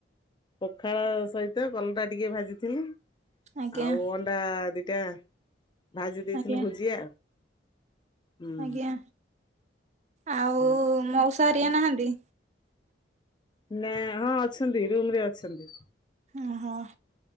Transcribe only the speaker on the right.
ଆଜ୍ଞା
ଆଜ୍ଞା
ଆଜ୍ଞା। ଆଉ
ମଉଶା ହାରିଆ
ନାହାନ୍ତି?
ଓହୋ।